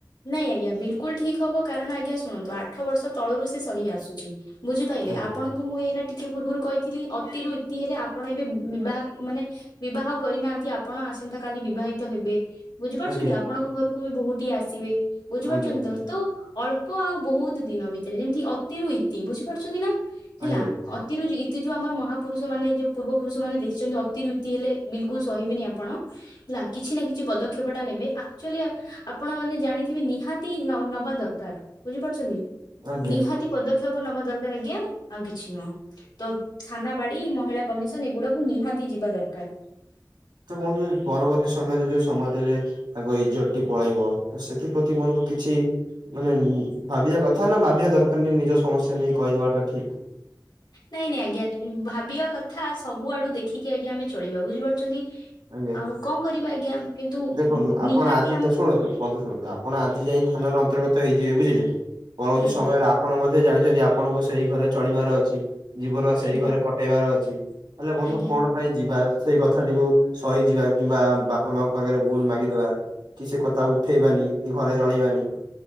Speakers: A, on the left; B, on the right.
A: ନାଇଁ ଆଜ୍ଞା ବିଲକୁଲ ଠିକ୍ ହବ କାରଣ ଆଜ୍ଞା ଶୁଣନ୍ତୁ ଆଠ ବର୍ଷ ତଳରୁ ସେ ସହି ଆସୁଛି। ବୁଝିପାରିଲେ
B: ଆଜ୍ଞା।
A: ଆପଣଙ୍କୁ ମୁଁ ଏଇନା ଟିକେ ପୂର୍ବରୁ କହିଥିଲି ଅତିରୁ ଇତି ହେଲେ ଆପଣ ଏବେ ବିବାହ ମାନେ ବିବାହ କରିନାହାନ୍ତି ଆପଣ ଆସନ୍ତା କାଲି ବିବାହି ହେବେ ବୁଝିପାରୁଛନ୍ତି
B: ଆଜ୍ଞା
A: ଆପଣଙ୍କ ଘରକୁ ବି ବୋହୂ ଟିଏ ଆସିବେ ବୁଝିପାରୁଛନ୍ତି
B: ଆଜ୍ଞା
A: ତ। ତ ଅଳ୍ପ ଆଉ ବହୁତ ଦିନ ଭିତରେ ଯେମିତି ଅତି ରୁଇତି ବୁଝିପାରୁଛନ୍ତି ନା? ହେଲା।
B: ଆଜ୍ଞା
A: ତିଇତି ଯଉ ଆମର ମହାପୁରୁଷ ମାନେ ଯୋଉ ପୂର୍ବ ପୁରୁଷ ମାନେ ଲେଖିଛନ୍ତି ଅତି ରୁ ଇତି ହେଲେ ବିଲକୁଲ ସହିବେନି ଆପଣ। ହେଲା କିଛି ନା କିଛି ପଦକ୍ଷେପ ଟା ନେବେ ଆକ୍ଚୁଆଲି ଆପଣ ମାନେ ଜାଣିଥିବି ନିହାତି ନବା ଦରକାର ବୁଝିପାରୁଛନ୍ତି
B: ଆଜ୍ଞା
A: ନିହାତି ପଦକ୍ଷେପ ନବା ଦରକାର ଆଜ୍ଞା ଆଉ କିଛି ନୁହଁ। ତ ଥାନା ବାଡି ମହିଳା କମିଶନ ଏଗୁଡାକୁ ନିହାତି ଯିବା ଦରକାର।
B: ତ ବନ୍ଧୁ ପରବର୍ତ୍ତୀ ସମୟରେ ଯୋଉ ସମାଜରେ ତାଙ୍କ ଇଜ୍ଜତ ଟି ପଳେଇବ ତ ସେଥିପ୍ରତି ବନ୍ଧୁ କିଛି ମାନେ ଭାବିବା କଥା ନା ଭାବିବା ଦରକାରନାଇଁ ନିଜ ସମସ୍ୟା ନେଇ କହିଦବାଟା ଠିକ।
A: ନାଇଁ ନାଇଁ ଆଜ୍ଞା ଭାବିବା କଥା ସବୁ ଆଡୁ ଦେଖିକି ଆଜ୍ଞା ଆମେ ଚଳିବା ବୁଝିପାରୁଛନ୍ତି।
B: ଆଜ୍ଞା।
A: ଆଉ କଣ କରିବା ଆଜ୍ଞା। କିନ୍ତୁ
B: ଦେଖନ୍ତୁ ଆପଣ
A: ନିହାତି
B: ଆଜି
A: ଆମ
B: ତ ଶୁଣନ୍ତୁ ବନ୍ଧୁ ଶୁଣନ୍ତୁ ଆପ ଆପଣ ଆଜି ଯାଇ ଥାନାରେ ଅନ୍ତର୍ଗତ ହେଇଯିବେ ବୁଝିଲେ ପରବର୍ତ୍ତୀ
A: ଆଜ୍ଞା
B: ସମୟରେ ଆପ ଆପଣ ମଧ୍ୟ ଜାଣିଛନ୍ତି ଆପଣଙ୍କୁ ସେଇ ଘରେ ଚଳିବାର ଅଛି। ଜୀବନ ସେଇ
A: ଆଜ୍ଞା
B: ଘରେ କଟେଇବାର ଅଛି ହେଲେ ବନ୍ଧୁ
A: ଆଜ୍ଞା।
B: କଣ ପାଇଁ ଯିବା ସେଇ କଥାଟିକୁ ସହିଯିବା କିମ୍ବା ବାପା ମାଙ୍କ ଆଗରେ ଭୁଲ ମାଗିଦବା। କି ସେ କଥା ଉଠେଇବାନି କି ଘରେ ଜଣେଇବାନି।